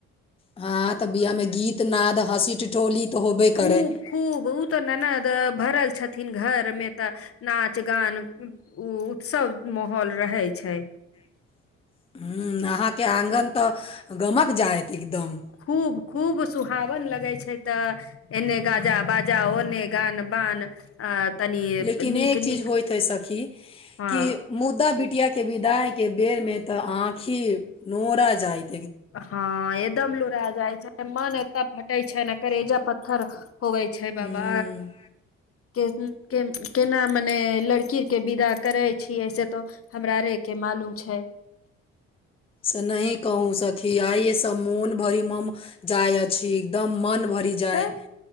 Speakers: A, on the left (about 15°); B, on the left (about 45°).
A: हँ तऽ बिआ में गीत नाद हँसी ठिठोली तऽ होबे
B: खूब
A: करै
B: खूब उ तऽ ननद भरल छथिन घर मे तऽ नाच गान उ उत्सव माहौल रहय छै
A: <inaudible> आहां के आंगन त गमक जायत एकदम
B: खूब खूब सुहावन लगै छैय तऽ एने गाजा बाजा ओने गान बान आ तनि
A: लेकिन
B: नीक
A: ये चीज
B: नीक
A: होय त सखी
B: हँ
A: की मुद्दा किया के विदाई के बेर में त आंखि नोरा जायइत
B: हँ एदम लोरा जाइ छै मन एतऽ फटेय छैन करेज पत्थर होवइ छै बाबा
A: हूँ
B: के उ के केना मने लड़की अर के विदा करै छियै से त हमरा रे के मालूम छै
A: से नहि कहूँ सखी आये सँ मोन भरि मम जायत छी एकदम मन भरि जाइ
B: तऽ